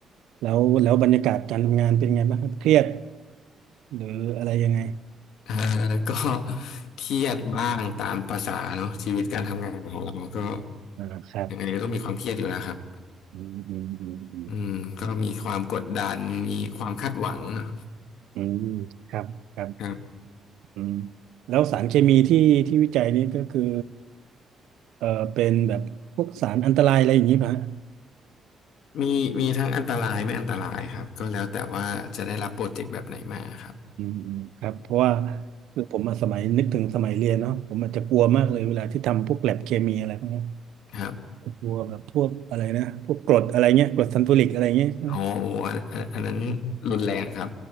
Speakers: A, on the right; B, on the left.
A: แล้วแล้วบรรยากาศการทำงานเป็นไงบ้างครับเครียดหรืออะไรยังไง
B: อ่าก็ <laughs> เครียดบ้างตามภาษาเนาะชีวิตการทำงานของเราก็
A: อ่าครับ
B: ยังไงก็ต้องมีความเครียดอยู่แล้วครับ
A: อืมอืมอืมอืม
B: อืมก็มีความกดดันมีความคาดหวังเนอะ
A: อืมครับครับ
B: ครับ
A: อืมแล้วสารเคมีที่ที่วิจัยนี้ก็คือเอ่อเป็นแบบพวกสารอันตรายอะไรอย่างนี้ป่ะฮะ
B: มีมีทั้งอันตรายไม่อันตรายครับก็แล้วแต่ว่าจะได้รับโปรเจกต์แบบไหนมาครับ
A: อืมอืมครับเพราะว่าคือผมอะสมัยนึกถึงสมัยเรียนเนาะผมอาจจะกลัวมากเลยเวลาที่ทำพวกแลบเคมีอะไรพวกเนี้ย
B: ครับ
A: กลัวแบบพวกอะไรนะพวกกรดอะไรเงี้ยกรดซัลฟูริกอะไรเงี้ยใช่ไหม
B: อ๋อโอ้อันอันอันนั้นรุนแรงครับ